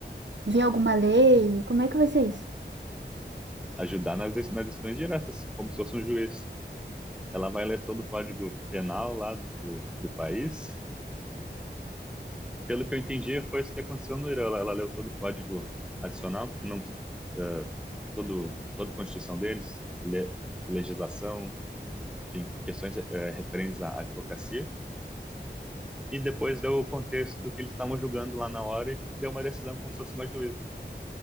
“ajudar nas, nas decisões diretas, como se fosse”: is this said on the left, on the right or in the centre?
Centre